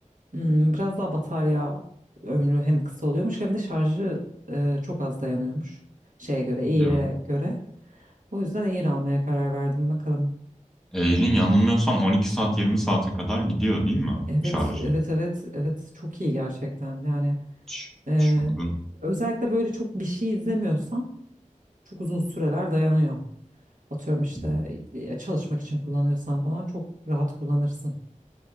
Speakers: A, on the right; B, in the centre.
A: hmm, biraz daha batarya ömrü hem kısa oluyormuş hem de şarjı e, çok az dayanıyormuş şeye göre, Air'e
B: Ya.
A: göre. O yüzden Air almaya karar verdim bakalım.
B: Air'in yanılmıyorsam 12 saat 20 saate kadar gidiyor değil mi
A: Evet,
B: şarjı?
A: evet, evet, evet. Çok iyi gerçekten. Yani
B: Ç-
A: e,
B: Çılgın.
A: özellikle böyle çok bir şey izlemiyorsan çok uzun süreler dayanıyor. Atıyorum işte
B: Hı hı.
A: e, çalışmak için kullanıyorsan falan çok rahat kullanırsın.